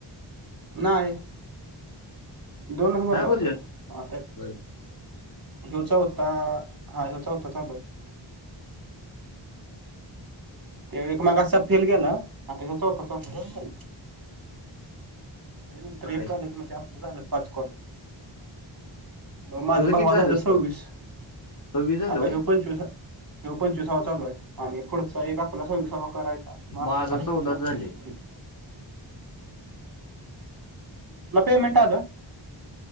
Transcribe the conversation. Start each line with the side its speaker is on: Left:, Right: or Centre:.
Right: नाही दोनच भरला
Left: नाही बोललेल
Right: होता आता
Left: होय.
Right: हचा होता हा हचा होता चालू आहे ते एक माग फेल गेला आ त्या चौथ चौ नंतर
Left: अरे
Right: एक झालं की म्हणजे आपलं झालं पाचकल मग माझा
Left: तुझं किती
Right: भाव
Left: झालं
Right: झाला
Left: स्कोर
Right: सव्वीस
Left: सव्वीस झालं
Right: आता
Left: होय
Right: ह पंचवीस ह पंचवीसावा चालूय आणि पुढचा एका आपला स वि सर्व करायचा मग आपलं
Left: माझं चौदा झाले
Right: पमेंट आ